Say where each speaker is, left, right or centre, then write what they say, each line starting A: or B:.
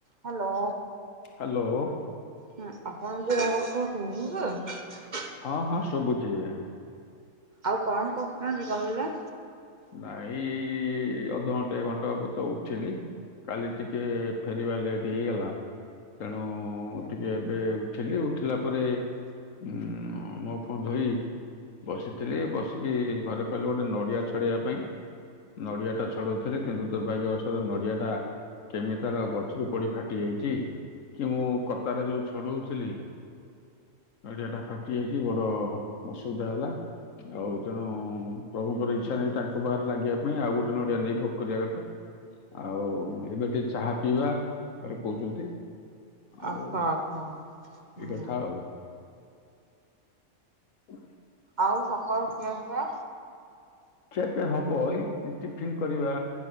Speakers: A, on the right (about 40°); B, on the left (about 80°).
A: Hello.
B: Hello.
A: ହଁ ଆପଣଙ୍କୁ ମୋ କଥା ସୁବୁଚି?
B: ହଁ ହଁ ସବୁଚି ଆଜ୍ଞା।
A: ଆଉ କଣ କରହୁଚନ୍ତି କହିଲେ?
B: ନାଇଁ ଏଇ ଅଧଘଣ୍ଟା ଘଣ୍ଟା ହବ ତ ଉଠିଲି। କାଲି ଟିକେ ଫେରିବା ଲେଟ୍ ହେଇଗଲା। ତେଣୁ ଟିକେ ଏବେ ଉଠିଲି ଉଠିଲା ପରେ ହୁଁ ହଁ ମୁହଁ ଫୂଅଧୋଇ ବସିଥିଲି ବସିକି ଘରେ କହିଲେ ଗୋଟେ ନଡ଼ିଆ ଛଡ଼େଇବା ପାଇଁ। ନଡିଆ ଟା ଛଡଉଥିଲି କିନ୍ତୁ ଦୁର୍ଭାଗ୍ୟବଷଧ ନଡିଆ ଟା କେମିତି ତାର ଗଛରୁ ପଡି ଫାଟି ଯାଇଛି। କି ମୁଁ କତାରେ ଯୋଉ ଛଡୋଉଥିଲି। ନଡିଆ ଟା ଫାଟି ଯାଇଛି ବଡ ଅସୁବିଧା ହେଲା। ଆଉ ତେଣୁ ପ୍ରଭୁଙ୍କର ଏଇ ଇଛାନାଇଁ ତାଙ୍କ ପାଖରେ ଲାଗିବା ପାଇଁ ଆଉ ଗୋଟେ ନଡିଆ ନେଇ ଭୋଗ କରିବା କଥା। ଆଉ ଏବେ ଟିକେ ଚାହା ପିଇବା ଘରେ କୋହୁଛନ୍ତି। ଆଉ
A: ଆଚ୍ଛା ଆଚ୍ଛା ହୁଁ
B: ଏ କଥା ଆଉ। ହୁ <inaudible>
A: ଆଉ ସକାଳୁ ଖିଆ ପିଆ?
B: ଖିଆପିଆ ହବ ଏଇ ଟିଫନ୍ କରିବା।